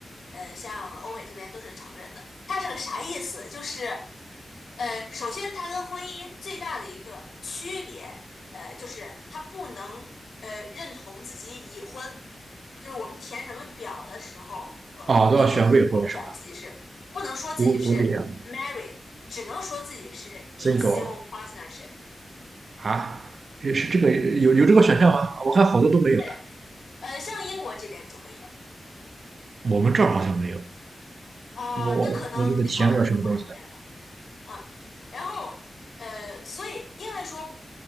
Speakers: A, on the left; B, on the right.
A: 呃，像欧美这边都是承认的。它是个啥意思？就是，呃，首先它跟婚姻最大的一个区别，呃，就是它不能呃认同自己已婚，就是我们填什么表的时候，呃，
B: 哦，都要选未婚是吧？
A: 都不能勾选自己是，不能说自己是
B: 独独立啊
A: married，只能说自己是 in
B: ，single
A: civil partnership。
B: 啊，也是这个有有这个选项吗？我看好多都没有，
A: 对，呃，像英国这边就会有。
B: 我们这儿好像没有。
A: 啊、
B: 我我我就得填点什么东西的？
A: 那可能立陶宛就是不承认了，嗯，然后呃，所以因为说